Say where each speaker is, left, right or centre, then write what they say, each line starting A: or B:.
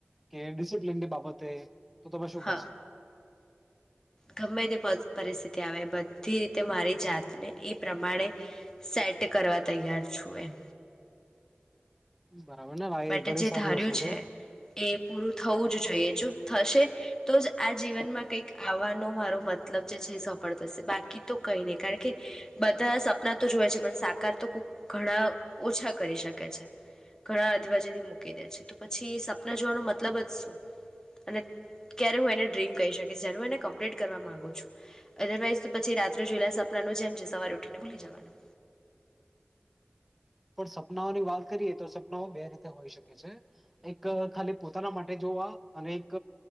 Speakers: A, in the centre; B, on the left.
A: કે ડિસિપ્લીનની બાબતે તો, તમે શું
B: હા
A: કરશો
B: ગમે તે પરિસ્થિતિ આવે બધી રીતે મારી જાતને એઈ પ્રમાણે સેટ કરવા તૈયાર છું એમ
A: બરાબર ને <unintelligible>
B: બટ
A: ઘણી
B: જે
A: સાારી
B: ધાર્યું
A: વસ્તુ છે
B: એ પૂરું થવું જ જોઈએ, થશે તો જ આ જીવનમાં કંઈક આવવાનું નો મારો મતલબ છે જે સો શે બાકી તો કઈ નહી કારણ કે બધા સપના તો જોવે છે પણ સાકાર તો ઘણા ઓછા કરી શકે છે ઘણા જોવા જેવી મૂકી દે છે, તો પછી સપના જોવાનો મતલબ જ શું, અને ક્યારે હું એને ડ્રીમ કહી શકીશ જ્યારે હું એને કમ્પ્લીટ કરવા માંગુ છું, અધરવાઈઝ તો પછી રાત્રે જોયેલા સપનાનું જેમ છે સવારે ઉઠીને ભૂલી જવાનું
A: પણ સપનાઓની વાત કરીએ તો સપનાઓ બે રીતે હોઈ શકે છે, એક ખાલી પોતાના માટે જોવા અને એક